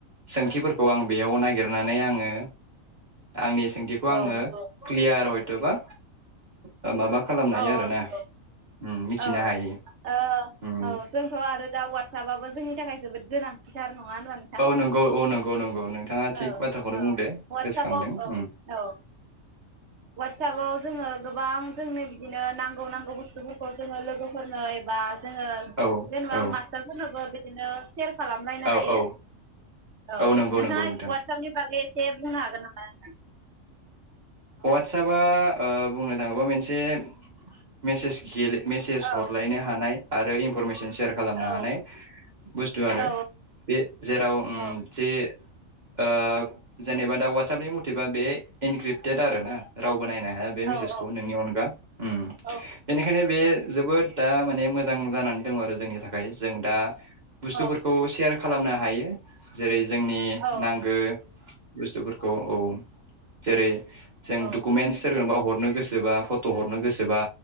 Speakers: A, on the right; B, on the right.
A: सोंथिफोरखौ आं बेयाव नागिरनानै आङो आंनि सोंथिखौ आङो
B: औ नंगौ
A: क्लियार हय बा <unintelligible> माबा खालामनो
B: औ
A: हायो आरोना
B: औ नंगौ
A: उम मिथिनो
B: औ
A: हायो
B: ओ
A: उम
B: औ जोंथ आरो दा वाटसपाबबाबो जोंनि थाखाय जोबोद गोनांथि थार न नंङा होनबा नोंथां
A: औ नंगौ औ नंगौ नंगौ नोंथाङा थिग
B: औ
A: बाथ्राखौनो
B: औ
A: बुंदो
B: वाटसाबाव
A: गोसोखांदों
B: औ
A: उम
B: औ वाटसाबाव जोङो गोबां जोंनो बिदिनो नांगौ नांगौ बुस्थु खौ जोङो लोगोफोर फोरनो एबा जोङो
A: औ
B: जेनेबा
A: औ
B: मास्टारफोरनोबो बिदिनो सेयार खालामलायनो
A: औ
B: हायो
A: औ
B: औ
A: नंगौ
B: नोंथाङा
A: नंगौ नोंथां
B: वाटसाप नि बागै एसे बुंनो हागोन नामा नोंथां?
A: वाटसापआ ओ बुंनो थाङोबा मोनसे मेसेज गेले मेसेज
B: औ
A: हरलायनो हानाय आरो इनफरमेसन सेयार खालामनो
B: औ
A: हानाय बुस्थु आरो
B: औ
A: बे जेराव उम
B: औ
A: जे ओ जेनेबा दा वाटसापनि मथेबा बे इनक्रिप्टेड आरो ना राव बो नायनो हाया बे
B: औ
A: मेसेसखौ
B: औ
A: नोंनि अनगा ओम
B: औ
A: बे जोबोद दा माने मोजां जानानै दङ आरो जोंनि थाखाय जों दा बुस्थुफोरखौ
B: औ
A: सेयार खालामनो हायो जेरै जोंनि
B: औ
A: नांगो बुस्थुफोरखौ औ जेरै जों
B: औ
A: डकुमेन्टस सोरनोबा हरनो गोसोबा फट' हर हरनो गोसोबा